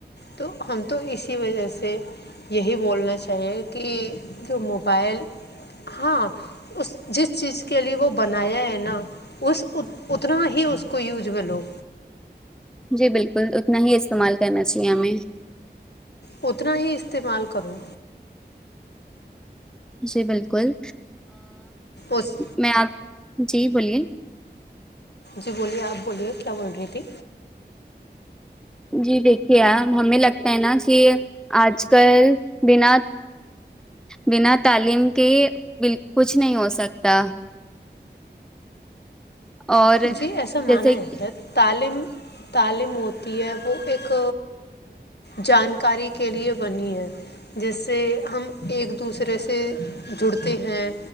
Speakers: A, on the left; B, in the centre.
A: تو ہم تو اسی وجہ سے یہی بولنا چاہیے کہ جو موبائل ہاں اس جس چیز کے لیے وہ بنایا ہے نا اس اتنا ہی اس کو یوج میں لو
B: جی بالکل اتنا ہی استعمال کرنا چاہیے ہمیں
A: اتنا ہی استعمال کرو
B: جی بالکل
A: اس
B: میں آپ جی بولیے
A: جی بولیے آپ بولیے کیا بول رہی تھی
B: جی دیکھیے ہمیں لگتا ہے نا کہ آج کل بنا بنا تعلیم کے کچھ نہیں ہو سکتا اور
A: جی ایسا
B: جیسے
A: مانا جاتا ہے تعلیم تعلیم ہوتی ہے وہ ایک جانکاری کے لیے بنی ہے جیس سے ہم ایک دوسرے سے جڑتے ہیں